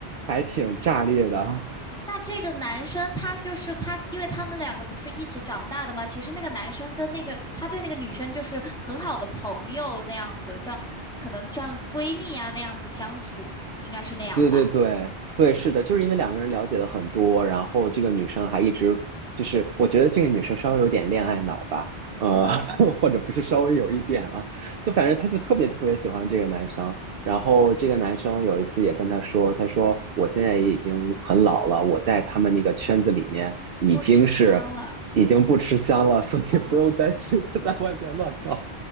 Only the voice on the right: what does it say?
还挺炸裂的，
对对对对，是的，就是因为两个人了解的很多，然后这个女生还一直就是，我觉得这个女生稍微有点恋爱脑吧，呃，
<laughs> 或者不是稍微有一点啊，就反正她就特别特别喜欢这个男生，然后这个男生有一次也跟她说，她说我现在也已经很老了，我在他们那个圈子里面已经是已经不吃香了，
所以不用担心他在外面乱搞。